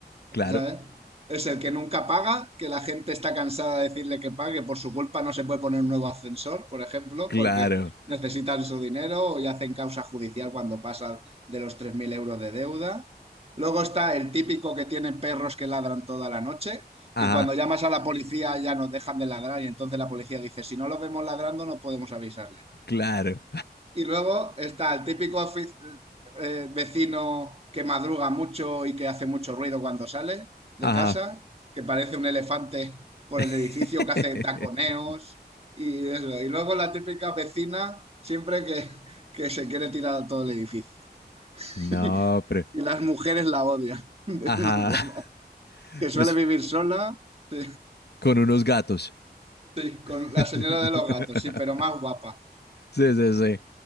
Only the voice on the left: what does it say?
Claro,
claro.
Ajá,
claro.
Ajá.
<laughs>
No,
pero...
Ajá. <laughs>
Pues
con unos gatos.
<laughs>
Sí, sí, sí.